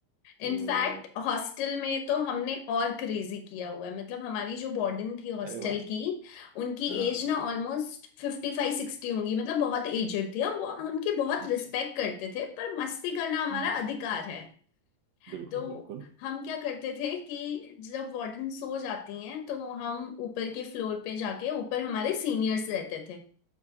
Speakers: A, on the right; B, on the left.
A: तो
B: इनफैक्ट हॉस्टल में तो हमने और क्रेजी किया हुआ है मतलब हमारी जो वार्डन थी हॉस्टल
A: अरे वाह
B: की उनकी
A: हाँ
B: एज ना ऑलमोस्ट फिफ्टी फाइव सिक्सटी होंगी मतलब बहुत एजेड थी हम वो- उनकी बहुत
A: अच्छा
B: रिस्पेक्ट करते थे पर मस्ती करना हमारा
A: हम्म
B: अधिकार है
A: बिल्कुल
B: तो
A: बिल्कुल
B: हम क्या करते थे कि जब वार्डन सो जाती हैं तो हम ऊपर के फ्लोर पे जाके ऊपर हमारे सीनियर्स रहते थे